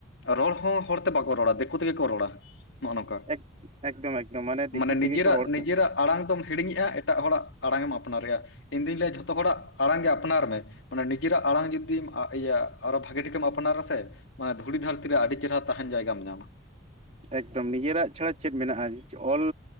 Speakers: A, on the left; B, on the right.
A: ᱨᱚᱲ ᱦᱚᱸ ᱦᱚᱲ ᱛᱮ ᱵᱟᱠᱚ ᱨᱚᱲᱟ ᱫᱤᱠᱩ ᱛᱮᱜᱮ ᱠᱚ ᱨᱚᱲᱟ ᱱᱚᱜᱼᱚ ᱱᱚᱝᱠᱟ
B: ᱮᱠ ᱮᱠᱫᱚᱢ ᱮᱠᱫᱚᱢ ᱫᱤᱠᱩ
A: ᱢᱟᱱᱮ
B: ᱛᱮᱜᱮ
A: ᱱᱤᱡᱮᱨᱟᱜ
B: ᱠᱚ ᱨᱚᱲ
A: ᱱᱤᱡᱮᱨᱟᱜ ᱟᱲᱟᱝ ᱫᱚᱢ ᱦᱤᱲᱤᱧᱮᱜᱼᱟ ᱮᱴᱟᱜ ᱦᱚᱲᱟᱜ ᱟᱲᱟᱝᱮᱢ ᱟᱯᱱᱟᱨᱮᱼᱟ ᱤᱧᱫᱩᱧ ᱞᱟᱹᱭᱟ ᱡᱷᱚᱛᱚ ᱦᱚᱲᱟᱜ ᱟᱲᱟᱝ ᱜᱮ ᱟᱯᱱᱟᱨ ᱢᱮ᱾ ᱢᱟᱱᱮ ᱱᱤᱡᱮᱨᱟᱜ ᱟᱲᱟᱝ ᱡᱩᱫᱤ ᱤᱭᱟᱹ ᱟᱨᱚ ᱵᱷᱟᱜᱤ ᱴᱷᱤᱠᱮᱢ ᱟᱯᱱᱟᱨᱥᱮ ᱱᱳᱣᱟ ᱫᱷᱩᱲᱤ ᱫᱷᱟᱹᱨᱛᱤ ᱨᱮ ᱟᱹᱰᱤ ᱪᱮᱦᱨᱟ ᱛᱟᱦᱮᱱ ᱡᱟᱭᱜᱟᱢ ᱧᱟᱢᱟ
B: ᱮᱠᱫᱚᱢ ᱱᱤᱡᱮᱨᱟᱜ ᱪᱷᱟᱲᱟ ᱪᱮᱫ ᱢᱮᱱᱟᱜᱼᱟ ᱚᱞ